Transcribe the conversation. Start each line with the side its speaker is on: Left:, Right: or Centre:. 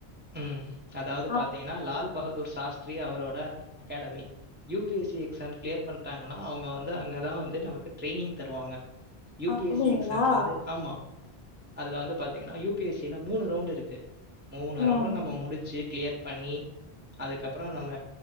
Right: உம் அதாது
Left: அப்
Right: பாத்தீங்கன்னா லால் பகத் தோர் சாஸ்திரி அவரோட academy you P S C exam clear பண்ணிட்டாங்கன்னா அவங்க வந்து அங்கதான் வந்து நமக்கு ட்ரெயினிங் தருவாங்க யூ
Left: அப்டிங்களா
Right: பி எஸ் சி எக்ஸாம் வந்து ஆமா அதுல வந்து பாத் யூ பி எஸ் சில மூணு ரவுண்ட் இருக்கு மூணு
Left: ம்
Right: ரவுண்டும் நம்ம முடிச்சு கிளியர் பண்ணி அதுக்கப்ரோ நம்ம